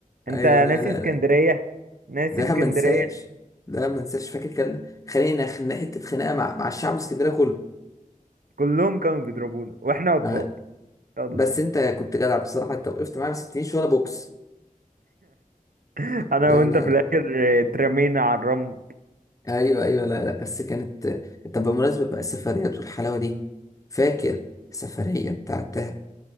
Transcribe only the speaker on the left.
ايوه
لا لا
لا
ما انساش لا ما انساش فاكر كان خلينا خناقه خناقه مع مع الشعب الاسكندريه كله
أنا-
بس انت كنت جدع بصراحه انت وقفت معايا ما سبتنيش ولا بوكس
لا
لا
لا
ايوه ايوه لا لا بس كانت طب بمناسبه بقى السفريات والحلاوه دي فاكر السفريه بتاعت دهب